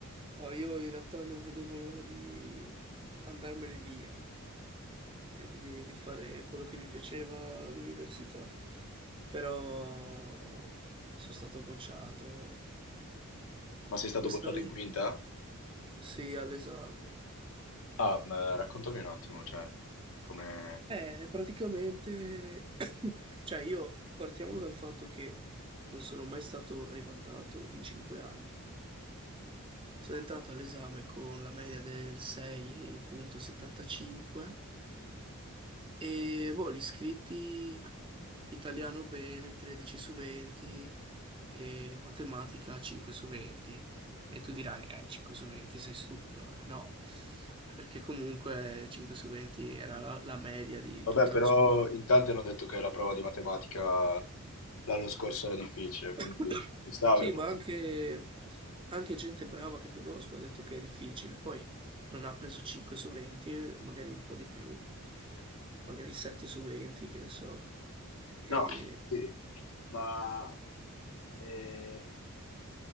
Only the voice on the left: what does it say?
Ma sei stato
bocciato in quinta?
Ah, ma raccontami un attimo, cioè, come...
Vabbè,
però
in tanti hanno detto che la prova di matematica l'anno scorso era difficile, quindi
ci sta
aver-
No, sì, ma eh,